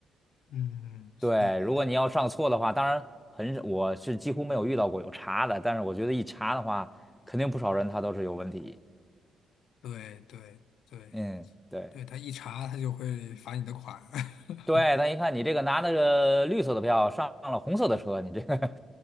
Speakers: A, on the left (about 75°); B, in the centre.
A: 嗯，所以
B: 对，如果你要上错的话，当然很少，我是几乎没有遇到过有查的，但是我觉得一查的话，肯定不少人他都是有问题。
A: 对对对
B: 嗯，对，
A: 对，他一查他就会罚你的款。<laughs>
B: 对，他一看你这个拿那个绿色的票上了红色的车，你这个